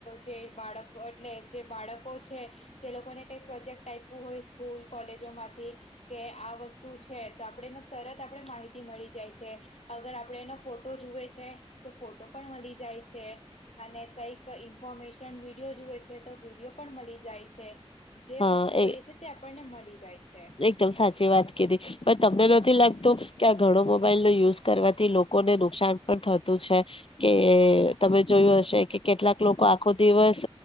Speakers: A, on the left; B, on the left.
A: જે બાળકો એટલે જે બાળકો છે તે લોકોને કઈ પ્રોજેક્ટ આપવું હોય સ્કૂલ કોલેજો માંથી કે આ વસ્તુ છે તો આપડે એ તરત આપેડે માહિતી મળી જાય છે. અગર આપડે એનો ફોટો જુએ છે તો ફોટો પણી જાય છે અને કઈક ઇન્ફોર્મે સન વિડીયો જોએ છે તો વિડીયો પણ મલી જાય છે જે
B: હા
A: વસ્તુ
B: એ
A: જોઈએ છે તે આપણને મળી જાય છે
B: એકદમ સાચી વાત કીધી પણ તમને નથી લાગ તો કે આ ઘણો મોબાઈલ નો યુઝ કરવાથી લોકોને નુકસાન પણ થતું છે કે તમે જોયું હશે કે કેટલાક લોકો આખો દિવસ